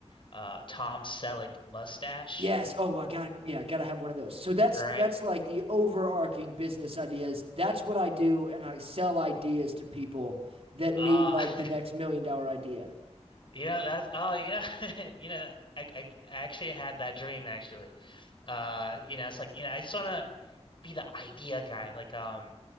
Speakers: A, on the left; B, on the right.
A: uh Tom Selleck mustache,
B: yes oh i got yeah i gotta have one of those so that's
A: right?
B: that's like the overarching business ideas that's what i do and i sell ideas to people that need
A: Uh
B: like the
A: <laughs>
B: next million dollar idea
A: you know that's oh you know <laughs> you know that- I, I I actually had that dream actually. Uh you know it's like you know I just want to be the idea guy like um